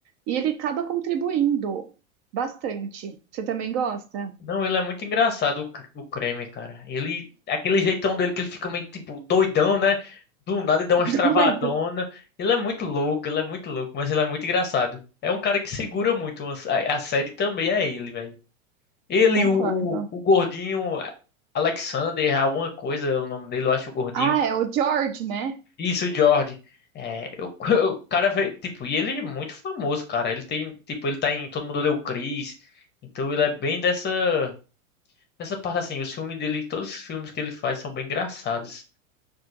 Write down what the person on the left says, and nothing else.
Não, ele é muito engraçado, o, K- o Kramer, cara. Ele, aquele jeitão dele que ele fica meio, tipo, doidão, né? Do nada ele dá umas
travadonas.
Ele é muito louco, ele é muito louco, mas ele é muito engraçado. É um cara que segura muito, a, a série também é ele, velho. Ele,
o, o, o gordinho, Alexander, alguma coisa, é o nome dele, eu acho, o gordinho.
Isso, Jordi. É, eu- <laughs> o cara, veio- tipo, e ele é muito famoso, cara. Ele tem, tipo, ele tá em Todo Mundo Odeia o Chris. Então ele é bem dessa, dessa parte assim. Os filmes dele, todos os filmes que ele faz são bem engraçados.